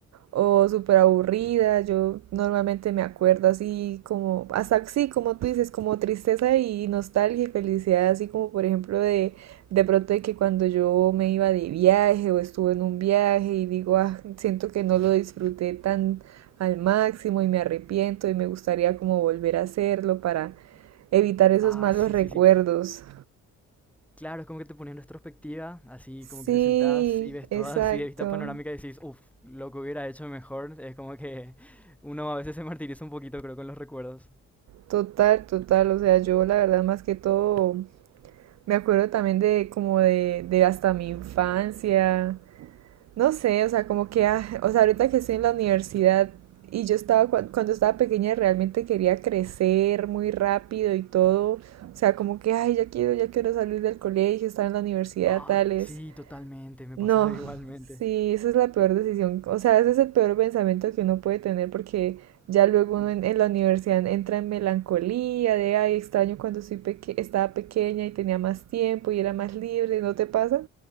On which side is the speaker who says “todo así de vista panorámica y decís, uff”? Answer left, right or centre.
Centre